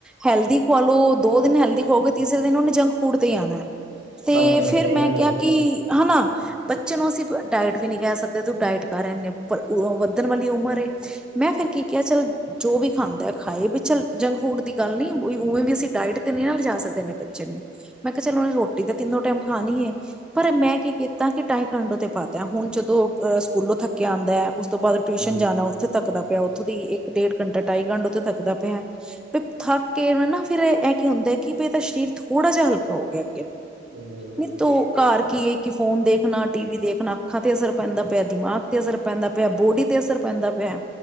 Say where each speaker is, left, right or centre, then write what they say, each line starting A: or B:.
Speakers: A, in the centre; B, on the right.
A: ਹੈਲਦੀ ਖਵਾ ਲੋ ਦੋ ਦਿਨ ਹੈਲਦੀ ਖਵਾਓਗੇ ਤੀਸਰੇ ਦਿਨ ਉਹਨੇ ਜੰਕ ਫੂਡ ਤੇ ਹੀ ਆਨਾ। ਤੇ
B: ਹਾਂਜੀ ਹਾਂਜੀ
A: ਫਿਰ
B: ਸਹੀ
A: ਮੈਂ
B: ਗੱਲ ਹੈਗੀ
A: ਕਿਹਾ ਕਿ ਹਨਾ ਬੱਚੇ ਨੂੰ ਅਸੀਂ ਡਾਇਟ ਵੀ ਨੀ ਕਹਿ ਸਕਦੇ ਤੂੰ ਡਾਇਟ ਕਰ ਇੰਨੇ ਵੱਧਣ ਵਾਲੀ ਉਮਰ ਏ ਮੈਂ ਫੇਰ ਕੀ ਕਿਹਾ ਚੱਲ ਜੋ ਵੀ ਖਾਂਦਾ ਖਾਏ ਵੀ ਚੱਲ ਜੰਕ ਫੂਡ ਦੀ ਗੱਲ ਨੀ ਉਵੇਂ ਵੀ ਅਸੀਂ ਡਾਇਟ ਤੇ ਨਹੀਂ ਨਾ ਲਿਜਾ ਸਕਦੇ ਇਨੇ ਬੱਚੇ ਨੂੰ ਮੈਂ ਕਿਹਾ ਚੱਲ ਉਹਨੇ ਰੋਟੀ ਤਾਂ ਤਿੰਨੋ ਟਾਈਮ ਖਾਣੀ ਹੈ ਪਰ ਮੈਂ ਕੀ ਕੀਤਾ ਕਿ ਟਾਈਕਾਂਡੋ ਤੇ ਪਾਤਾ ਹੈ ਹੁਣ ਜਦੋਂ ਅਹ ਸਕੂਲੋਂ ਥੱਕਿਆ ਆਂਦਾ ਹੈ ਉਸ ਤੋਂ ਬਾਅਦ ਟਿਊਸ਼ਨ
B: ਜੀ
A: ਜਾਣਾ ਉੱਥੇ ਤੱਕਦਾ ਪਿਆ ਉੱਥੋਂ ਦੀ ਇੱਕ ਡੇਢ ਘੰਟਾ ਢਾਈ ਘੰਟਾ ਉੱਥੋਂ ਥੱਕਦਾ ਪਿਆ ਵੀ ਥੱਕ ਕੇ ਨਾ ਫੇਰ ਇਹ ਕੀ ਹੁੰਦਾ ਹੈ ਕਿ ਵੀ ਇਹਦਾ ਸਰੀਰ ਥੋੜਾ ਜਿਹਾ ਹਲਕਾ ਹੋ ਗਿਆ।
B: ਹਮ,
A: ਨਹੀਂ ਤੂੰ ਘਰ ਕੀ ਏ ਫੋਨ ਦੇਖਣਾ ਟੀ ਵੀ ਦੇਖਣਾ ਅੱਖਾਂ ਤੇ ਅਸਰ ਪੈਂਦਾ ਪਿਆ ਦਿਮਾਗ ਤੇ ਅਸਰ ਪੈਂਦਾ ਪਿਆ ਬੋਡੀ ਤੇ ਅਸਰ ਪੈਂਦਾ ਪਿਆ